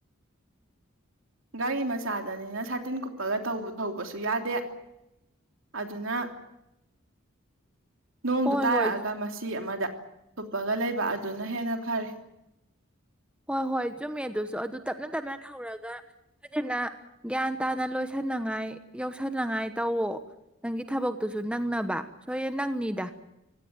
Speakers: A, on the right; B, in the centre.
A: ꯒꯥꯔꯤ ꯃꯆꯥꯗꯅꯤꯅ ꯁꯥꯇꯤꯟ ꯀꯨꯞꯄꯒ ꯊꯧꯕꯁꯨ ꯌꯥꯗꯦ ꯑꯗꯨꯅ ꯅꯣꯡꯗꯨ
B: ꯍꯣꯏ
A: ꯇꯥꯔꯛꯑꯒ
B: ꯍꯣꯏ
A: ꯃꯁꯤ ꯑꯃꯗ ꯊꯨꯞꯄꯒ ꯂꯩꯕ ꯑꯗꯨꯅ ꯍꯦꯟꯅ ꯐꯔꯦ
B: ꯍꯣꯏ ꯍꯣꯏ ꯆꯨꯝꯃꯦ ꯑꯗꯨꯁꯨ ꯑꯗꯨ ꯇꯞꯅ ꯇꯞꯅ ꯊꯧꯔꯒ ꯐꯖꯅ ꯒ꯭ꯌꯥꯟ ꯇꯥꯅ ꯂꯣꯏꯁꯟꯅꯉꯥꯏ ꯌꯥꯧꯁꯟꯅꯉꯥꯏ ꯇꯧꯑꯣ ꯅꯪꯒꯤ ꯊꯕꯛꯇꯨꯁꯨ ꯅꯪꯅꯕ ꯁꯣꯏ ꯅꯪꯅꯤꯗ